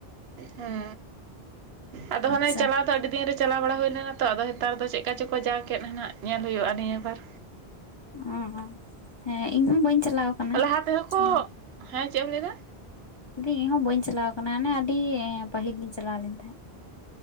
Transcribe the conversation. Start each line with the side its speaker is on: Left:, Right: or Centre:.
Right: ᱦᱮᱸ᱾ ᱟᱫᱚ
Left: ᱟᱪᱪᱷᱟ
Right: ᱦᱟᱱᱮ ᱪᱟᱞᱟᱣ ᱫᱚ ᱟᱹᱰᱤ ᱫᱤᱱ ᱨᱮ, ᱪᱟᱞᱟᱣ ᱵᱟᱲᱟ ᱦᱩᱭᱱᱟ ᱛᱚ ᱟᱫᱚ ᱱᱮᱛᱟᱨ ᱫᱚ ᱪᱮᱫᱠᱟ ᱪᱚᱠᱚ ᱡᱟ ᱠᱮᱫ ᱱᱟᱦᱟᱜ ᱧᱮᱞ ᱦᱩᱭᱩᱜᱼᱟ ᱱᱤᱭᱟᱹ ᱵᱟᱨ᱾
Left: ᱚ ᱦᱮᱸ ᱤᱧ ᱦᱚᱸ ᱵᱟᱹᱧ ᱪᱟᱞᱟᱣ ᱠᱟᱱᱟ
Right: ᱞᱟᱦᱟ ᱛᱮᱦᱚᱸ ᱠᱚ
Left: ᱦᱩᱸ,
Right: ᱦᱮᱸ ᱪᱮᱜ ᱮᱢ ᱞᱟᱹᱭᱮᱫᱟ?
Left: ᱫᱤ ᱦᱚᱸ ᱵᱟᱹᱧ ᱪᱟᱞᱟᱣ ᱠᱟᱱᱟ ᱱᱟ ᱟᱹᱰᱤ ᱯᱟᱹᱦᱤᱞ ᱞᱤᱧ ᱪᱟᱞᱟᱣ ᱞᱮᱱ ᱛᱟᱦᱮᱸᱫ᱾